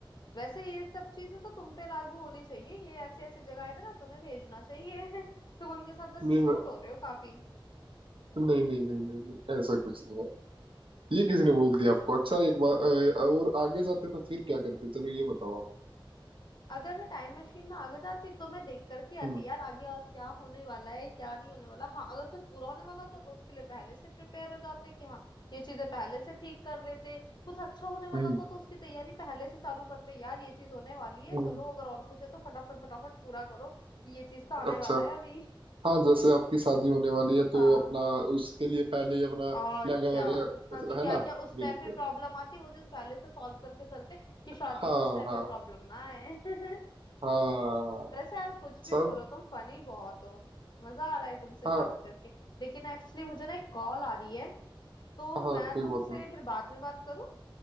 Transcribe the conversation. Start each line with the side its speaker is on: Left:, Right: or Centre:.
Left: वैसे ये सब चीजें तो तुम पे लागू होनी चाहिए ये ऐसी ऐसी जगह में ना तुम्हें भेजना चाहिए <laughs> तुम उनके साथ वैसे
Right: नहीं
Left: सूट
Right: नहीं
Left: हो रहे हो काफी
Right: नहीं नहीं नहीं नहीं ऐसा कुछ नहीं है ये किसने बोल दिया आपको अच्छा एक बार अ, और आगे जाते तो फिर क्या करते चलो ये बताओ आप
Left: अगर मैं टाइम मशीन में आगे जाती तो मैं देख करके आती
Right: हम्म
Left: यार आगे और क्या होने वाला है क्या नहीं होने वाला हाँ अगर कुछ बुरा होने वाला होता तो उसके लिए पहले से प्रिपेयर हो जाते कि हाँ ये चीजें पहले से ठीक कर लेते कुछ अच्छा होने वाला
Right: हम्म
Left: होता तो उसकी तैयारी पहले से चालू करते यार ये चीज होने वाली है
Right: हम्म।
Left: चलो अगर और कुछ है तो फटाफट फटाफट पूरा करो कि ये चीज तो आने
Right: अच्छा
Left: वाला है अभी
Right: हाँ जैसे आपकी शादी होने वाली है तो
Left: हाँ
Right: अपना उसके लिए पहले अपना
Left: और
Right: लहंगा
Left: क्या
Right: वगैरह
Left: हाँ कि क्या
Right: है ना
Left: क्या उस
Right: बिल्कुल
Left: टाइम पे प्रॉब्लम आती वो जो पहले से सॉल्व करके चलते कि शादी
Right: हाँ
Left: को उस टाइम
Right: हाँ
Left: पे प्रॉब्लम ना आए <laughs>
Right: हाँ
Left: वैसे यार कुछ
Right: सब
Left: भी बोलो तुम फनी बहुत हो मजा आ रहा है तुमसे
Right: हाँ
Left: बात करके लेकिन एक्चुअली मुझे ना एक कॉल आ रही है तो
Right: हाँ
Left: मैं
Right: कोई
Left: तुमसे
Right: बात नहीं
Left: फिर बाद में बात करूं